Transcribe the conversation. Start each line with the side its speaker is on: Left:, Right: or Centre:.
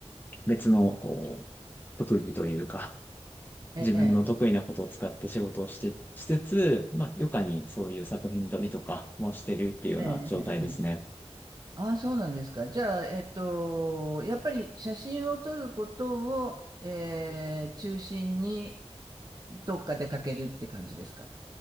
Left: 別の、こう、特技というか、
Right: ええ、
Left: 自分の得意なことを使って仕事をして、しつつ、まあ、余暇にそういう作品撮りとかもしてるっていうような状態ですね。
Right: ええ、ええ。ああ、そうなんですか。じゃあ、えっと、やっぱり写真を撮ることを、ええ中心にどっか出かけるって感じですか